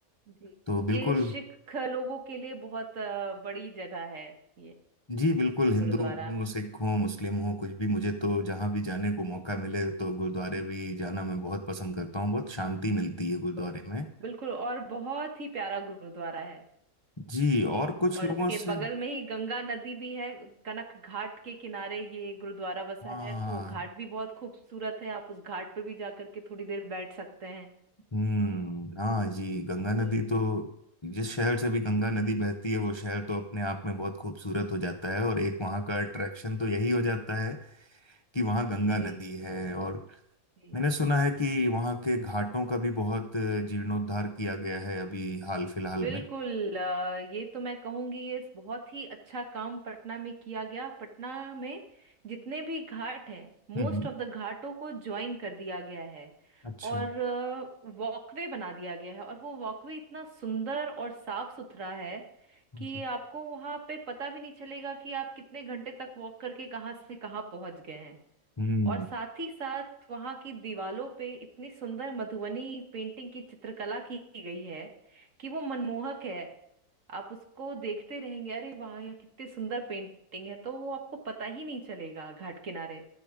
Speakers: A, on the right (about 60°); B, on the left (about 30°).
A: जी
B: तो बिल्कुल
A: ये सिख लोगों के लिए बहुत अ, बड़ी जगह है ये
B: जी बिल्कुल हिंदू
A: गुरुद्वारा
B: हो सिख हो मुस्लिम हो कुछ भी मुझे तो जहाँ भी जाने को मौका मिले तो गुरुद्वारे भी जाना मैं बहुत पसंद करता हूँ बहुत शांति मिलती है गुरुद्वारे
A: बिल्कुल
B: में
A: बिल्कुल और बहुत ही प्यारा गुरुद्वारा है
B: जी और कुछ
A: और
B: लोगों
A: इसके
B: से
A: बगल में ही गंगा नदी भी है कनक घाट के किनारे ये गुरुद्वारा बसा
B: हाँ
A: है तो घाट भी बहुत खूबसूरत है आप उस घाट पे भी जा करके थोड़ी देर बैठ सकते हैं
B: हम्म हाँ जी गंगा नदी
A: और
B: तो जिस शहर से भी गंगा
A: जी
B: नदी बहती है वो शहर तो अपने आप में बहुत खूबसूरत हो जाता है और एक वहाँ का अट्रैक्शन
A: जी
B: तो यही हो जाता है कि वहाँ गंगा
A: जी
B: नदी है और
A: जी
B: मैंने सुना है कि वहाँ के घाटों का भी बहुत जीर्णोद्धार किया गया है अभी हाल फिलहाल
A: बिल्कुल
B: में
A: अ, ये तो मैं कहूंगी ये बहुत ही अच्छा काम पटना में किया गया पटना में जितने भी घाट हैं मोस्ट
B: हम्म हम्म।
A: ऑफ द घाटों को ज्वाइन कर दिया गया है
B: अच्छा
A: और वॉकवे बना दिया गया है और वो वॉकवे इतना सुंदर और साफ सुथरा है कि
B: जी
A: आपको वहां पे पता भी नहीं चलेगा कि आप कितने घंटे तक वॉक करके कहाँ से कहाँ पहुंच गए हैं
B: हम्म
A: और साथ ही साथ वहां की दीवालों पे इतनी सुंदर मधुबनी पेंटिंग की चित्रकला की गई है कि वो मनमोहक है आप उसको देखते रहेंगे अरे वाह यह कितनी सुंदर पेंटिंग है तो वो आपको पता ही नहीं चलेगा घाट किनारे